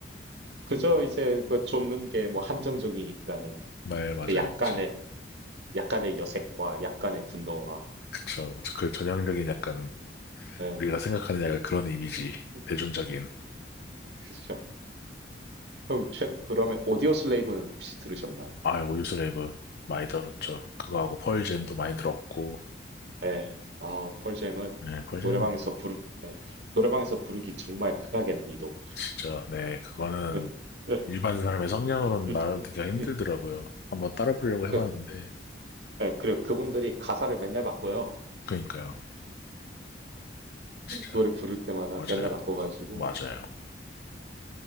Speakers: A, on the right; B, on the left.
A: 그저 이제 그 쫓는 게 뭐 한정적이니까는
B: 네, 맞아요,
A: 그 약간의,
B: 맞아요.
A: 약간의 여색과 약간의 분노와,
B: 그쵸. 그 전형적인 약간
A: 예.
B: 우리가 생각하는 약간 그런 이미지.
A: <laughs>
B: 대중적인.
A: 그죠. 그럼 최, 그러면 오디오 슬레이브는 혹시 들으셨나요?
B: 아, 오유스 랩은 많이 들었죠.
A: 예,
B: 그거하고 펄잼도
A: 예,
B: 많이 들었고.
A: 예. 아, 펄잼은
B: 네, 펄잼
A: 그 노래방에서 부르, 예. 노래방에서 부르기 정말 극악의 난이도.
B: 진짜 네, 그거는
A: <laughs> 예, 예,
B: 일반 사람의 성량으로는
A: 음,
B: 나르기가 힘들더라고요.
A: 음.
B: 한번 따라 부르려고
A: 그,
B: 해봤는데.
A: 예, 그리고 그분들이 가사를 맨날 바꿔요.
B: 그니까요. 진짜
A: 노래 부를 때마다
B: 맞아요.
A: 맨날 바꿔가지고
B: 맞아요.